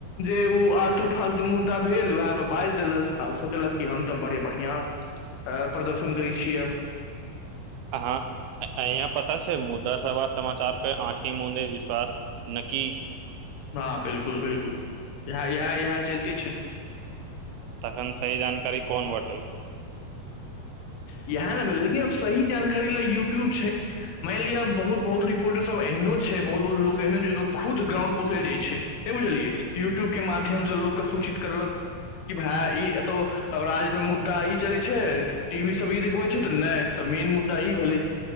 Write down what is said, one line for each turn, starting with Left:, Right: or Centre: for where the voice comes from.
Left: जे उ आलतु फालतू मुद्दा भेल वोहे बाइज देलस हम त बरी बढ़िया प्रदर्शन दय छिय
Right: अहाँ पता छैय मुद्दा सब समाचार पे आँखी मूंदे बिस्वास नक्की
Left: हा बिल्कुल बिल्कुल यहे चैलते छैय
Right: त सही जानकारी कौन बाटतैय
Left: इहे ने भेलैय की अब सही जानकारी ल यूट्यूब छैय मायन लियो बहुत बहुत रिपोटर सब एहनो छैय बहुत बहुत लोग एहनो जे खुद गांव नै बुझालिय यूट्यूब के माध्यम से लोग के कुछ इ भाय इ तो अब राज्य मे मुद्दा इ चलैय छैय इ बीसबीद जे हुऐ छैय त नै त मेन मुद्दा इ भेलय